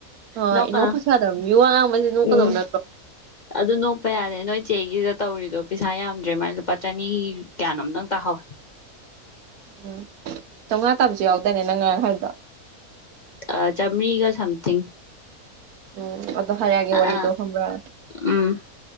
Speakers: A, on the right; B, on the left.
A: ꯍꯣꯏ
B: ꯅꯣꯛꯀꯅꯣ
A: ꯅꯣꯛꯄ ꯁꯥꯗꯕ ꯌꯨ ꯑ ꯉꯥꯡꯕꯁꯤ ꯅꯣꯛꯀꯗꯕ
B: ꯎꯝ
A: ꯅꯠꯇ꯭ꯔꯣ
B: ꯑꯗꯨ ꯅꯣꯛꯄ ꯌꯥꯔꯦ ꯅꯣꯏ ꯆꯦꯒꯤꯗ ꯇꯧꯔꯤꯗꯣ ꯄꯩꯁꯥ ꯌꯥꯝꯗ꯭ꯔꯦ ꯃꯥꯏꯅ ꯂꯨꯄꯥ ꯆꯅꯤ ꯀꯌꯥꯅꯣꯝꯇꯪ ꯇꯥꯍꯧꯋꯦ
A: ꯎꯝ ꯆꯥꯝꯃꯉꯥ ꯇꯥꯕꯁꯨ ꯌꯥꯎꯗꯅꯦ ꯅꯪ ꯉꯔ ꯍꯥꯏꯗꯣ
B: ꯑ ꯆꯃꯤꯔꯤꯒ ꯁꯝꯊꯤꯡ
A: ꯎꯝ ꯑꯗꯣ ꯍꯥꯏꯔꯛꯑꯒꯦ
B: ꯑꯥ
A: ꯋꯥꯔꯤꯗꯣ ꯈꯪꯕ꯭ꯔꯥ
B: ꯎꯝ